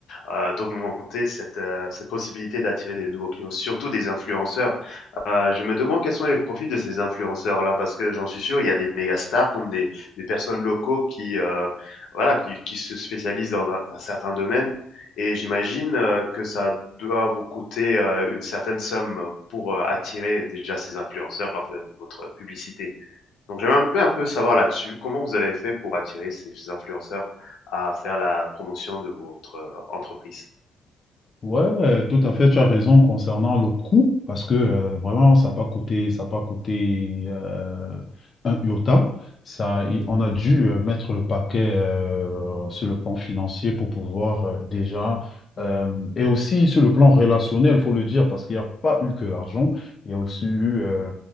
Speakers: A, on the left (about 75°); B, on the left (about 40°).
A: heu, d'augmenter cette, heu, cette possibilité d'attirer des nouveaux clients, surtout des influenceurs. Heu, je me demande quels sont les profils de ces influenceurs-là, parce que j'en suis sûr, il y a des méga stars comme des des personnes locaux qui, heu, voilà, qui qui se spécialisent dans un un certain domaine et j'imagine, heu, que ça doit vous coûter, heu, une certaine somme pour, heu, attirer déjà ces influenceurs à v votre publicité. Donc j'aimerais un peu savoir là-dessus, comment vous avez fait pour attirer ces influenceurs à faire la promotion de votre euh, entreprise?
B: Ouais, euh, tout à fait, tu as raison concernant le coût, parce que euh, vraiment, ça n'a pas coûté, ça a pas coûté euh, un iota. Ça, et on a dû euh, mettre le paquet euh, sur le plan financier pour pouvoir euh, déjà, euh, et aussi sur le plan relationnel, il faut le dire, parce qu'il n'y a pas eu que l'argent, il y a aussi eu, euh,